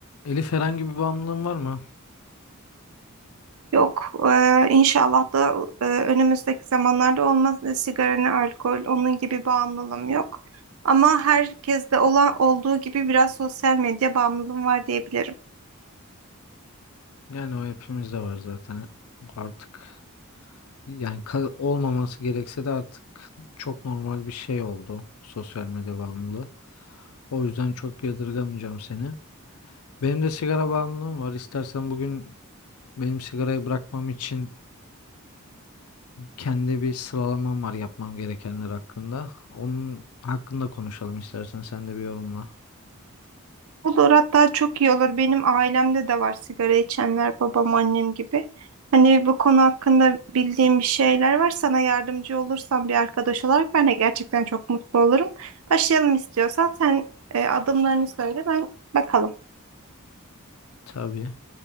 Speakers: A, on the left; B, on the right.
A: Elif herhangi bir bağımlılığın var mı?
B: Yok, eee, inşallah da eee, önümüzdeki zamanlarda olmaz. E, Sigara ne alkol, onun gibi bağımlılığım yok. Ama herkeste olan olduğu gibi biraz sosyal medya bağımlılığım var diyebilirim.
A: Yani o hepimizde var zaten. Artık yani ka- olmaması gerekse de artık çok normal bir şey oldu sosyal medya bağımlılığı. O yüzden çok yadırgamayacağım seni. Benim de sigara bağımlılığım var. İstersen bugün benim sigarayı bırakmam için kendi bir sıralamam var yapmam gerekenler hakkında. Onun hakkında konuşalım istersen sen de bir yorumla.
B: Olur, hatta çok iyi olur. Benim ailemde de var sigara içenler, babam, annem gibi. Hani bu konu hakkında bildiğim bir şeyler var. Sana yardımcı olursam bir arkadaş olarak ben de gerçekten çok mutlu olurum. Başlayalım istiyorsan. Sen e, adımlarını söyle, ben bakalım.
A: Tabii.